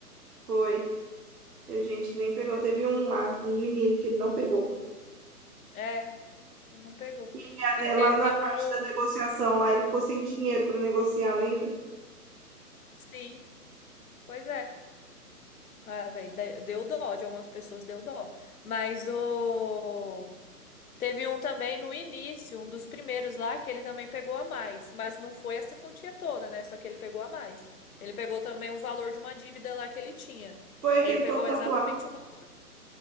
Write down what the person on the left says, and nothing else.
É, ele não pegou.
E teve
um.
Sim, pois é. Ah, velho, de- deu dó de algumas pessoas, deu dó. Mas o... teve um também no início, um dos primeiros lá, que ele também pegou a mais. Mas não foi essa quantia toda, né? Só que ele pegou a mais. Ele pegou também o valor de uma dívida lá que ele tinha.
Aí ele pegou
exatamente o valor.